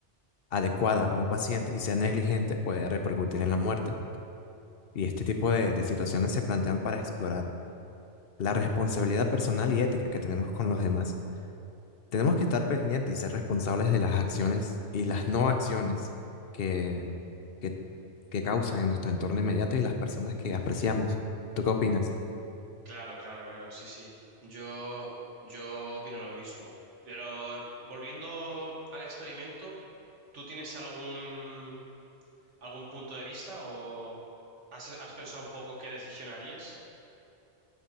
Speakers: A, on the left; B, on the right.
A: adecuada a un paciente y sea negligente puede repercutir en la muerte. Y este tipo de, de situaciones se plantean para explorar la responsabilidad personal y ética que tenemos con los demás. Tenemos que estar pendientes y ser responsables de las acciones y las no acciones que, que, que causan en nuestro entorno inmediato y en las personas que apreciamos. ¿Tú qué opinas?
B: Claro, claro, claro, sí, sí. Yo, yo opino lo mismo. Pero eh, volviendo al experimento, ¿tú tienes algún, algún punto de vista o has, has pensado un poco qué decisión harías?